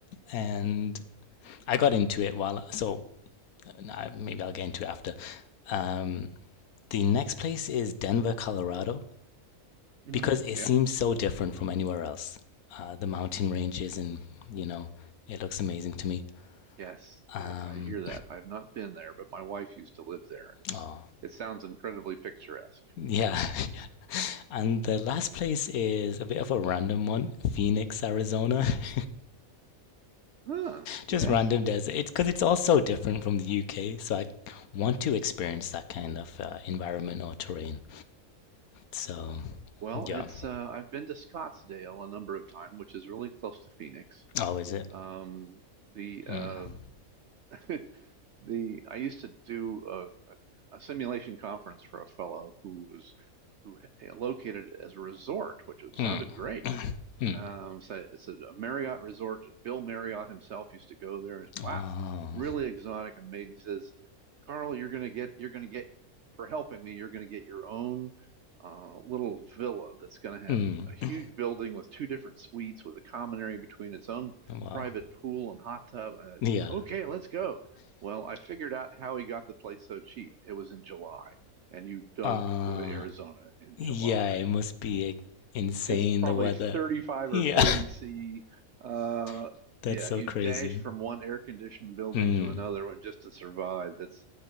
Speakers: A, on the left; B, on the right.
A: And I got into it while so uh, maybe I'll get into it after. Um, the next place is Denver, Colorado
B: hmm
A: because it
B: Yeah.
A: seems so different from anywhere else. Uh, the mountain ranges and you know it looks amazing to me.
B: Yes,
A: Um,
B: yes, I hear that. I've not been there, but my wife used to live there, and it's
A: oh
B: it sounds incredibly picturesque.
A: yeah, <laughs> and the last place is a bit of a random one: Phoenix, Arizona. <laughs>
B: Huh,
A: Just
B: yes.
A: random desert. It's because it's all so different from the UK, so I want to experience that kind of uh, environment or terrain. So
B: Well,
A: yeah.
B: it's uh, I've been to Scottsdale a number of times, which is really close to Phoenix.
A: Oh, is it?
B: Um, the uh,
A: Mm,
B: <laughs> the I used to do a, a, a simulation conference for a fellow who was who located it as a resort, which was,
A: mm,
B: sounded great.
A: mm.
B: Um, so it's a, a Marriott resort. Bill Marriott himself used to go there. It's, wow,
A: Oh,
B: really exotic, amazing. He says, Carl, you're gonna get you're gonna get for helping me. You're gonna get your own uh, little villa that's gonna have
A: mm.
B: a huge building with two different suites with a common area between its own
A: Wow.
B: private pool and hot tub. Uh,
A: Yeah.
B: okay, let's go. Well, I figured out how he got the place so cheap. It was in July, and you don't
A: Uh,
B: go to Arizona in
A: yeah,
B: July.
A: it must be like, insane
B: It's probably
A: the weather.
B: 35
A: Yeah,
B: or 40 C. Uh,
A: <laughs> that's
B: yeah,
A: so
B: you
A: crazy.
B: dash from one air conditioned building
A: Mm,
B: to another one just to survive. It's